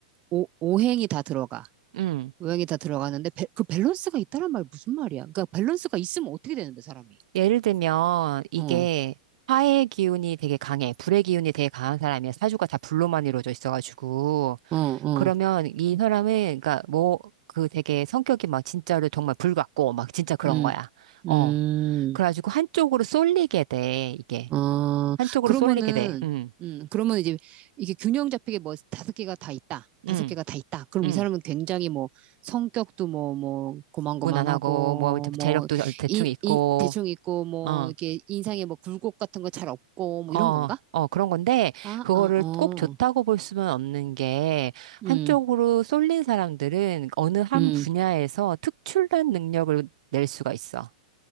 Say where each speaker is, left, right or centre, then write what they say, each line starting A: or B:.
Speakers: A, on the right (about 30°); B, on the right (about 65°).
A: 오, 오행이 다 들어가.
B: 응.
A: 모양이 다 들어가는데 배- 그 밸런스가 있다란 말 무슨 말이야? 그러니까 밸런스가 있으면 어떻게 되는데 사람이?
B: 예를 들면 이게
A: 어,
B: 화의 기운이 되게 강해, 불의 기운이 되게 강한 사람이야. 사주가 다 불로만 이루어져 있어가지고
A: 어, 어,
B: 그러면 이 사람은 그러니까 뭐 그 되게 성격이 막 진짜로 정말 불 같고 막 진짜 그런
A: 음,
B: 거야.
A: 음,
B: 어, 그래가지고 한쪽으로 쏠리게 돼 이게
A: 어,
B: 한쪽으로
A: 그러면은,
B: 쏠리게 돼. 응,
A: 음, 그러면 이제 이게 균형 잡히게 뭐 다섯 개가 다 있다, 다섯
B: 응,
A: 개가 다 있다. 그럼
B: 응.
A: 이 사람은 굉장히 뭐 성격도 뭐 뭐 고만고만하고
B: 무난하고 뭐 재력도
A: 뭐이
B: 대충 있고.
A: 이, 대충 있고 뭐
B: 어.
A: 이렇게 인상에 뭐 굴곡 같은 거 잘 없고 뭐
B: 어,
A: 이런 건가?
B: 어, 그런 건데,
A: 아,
B: 그거를
A: 아, 어,
B: 꼭 좋다고 볼 수는 없는 게,
A: 음,
B: 한쪽으로 쏠린 사람들은 어느 한
A: 음.
B: 분야에서 특출난 능력을 낼 수가 있어.